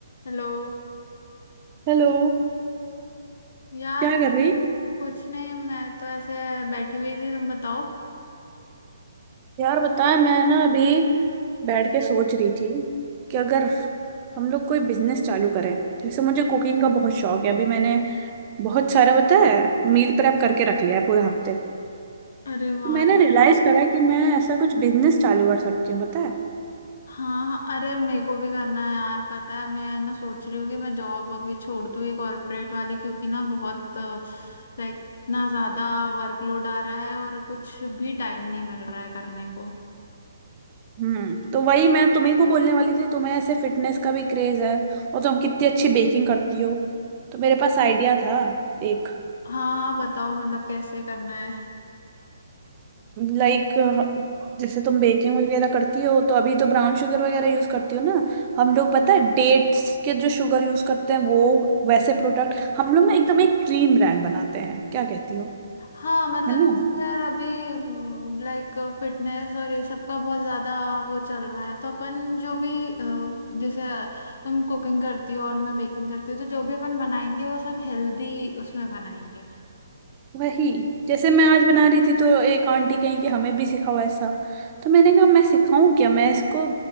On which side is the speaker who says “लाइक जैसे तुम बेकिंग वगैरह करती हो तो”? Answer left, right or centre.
Right